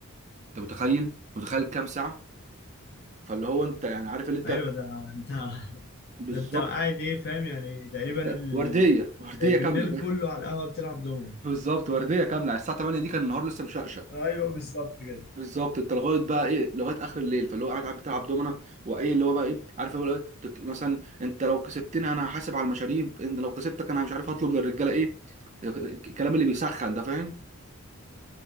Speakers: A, on the right; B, on the left.
A: انت متخيل متخيل كام ساعه فاللي هو انت يعني عارف اللي انت
B: ايوه ده انت <laughs>
A: بالظبط
B: ده انت قاعد ايه فاهم يعني تقريبا
A: انت
B: ال...
A: ورديه ورديه
B: بالليل
A: كامله
B: كله على القهوه بتلعب دومنا
A: <laughs> بالظبط ورديه كامله على الساعه 8 دي كان النهار لسه مشقشق
B: ايوه بالظبط كده
A: بالظبط انت لغايه بقى ايه لغايه اخر الليل فاللي هو قاعد قاعد بتلعب دومنا وايه اللي هو بقى ايه عارف اللي هو ايه تت- مثلا انت لو كسبتني انا هحاسب على المشاريب انت لو كسبتك انا مش عارف هطلب للرجاله ايه الكلام اللي بيسخن ده فاهم